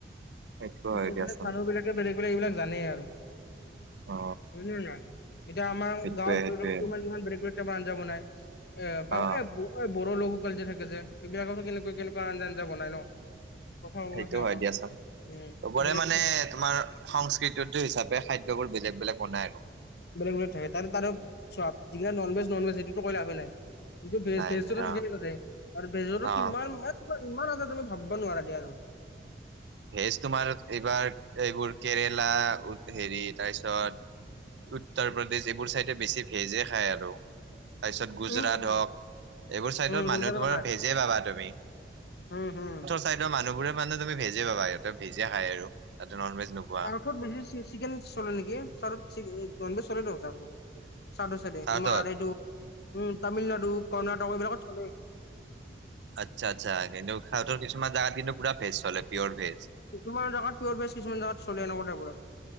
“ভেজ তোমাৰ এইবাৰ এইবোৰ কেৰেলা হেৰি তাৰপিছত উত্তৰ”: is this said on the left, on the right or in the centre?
Right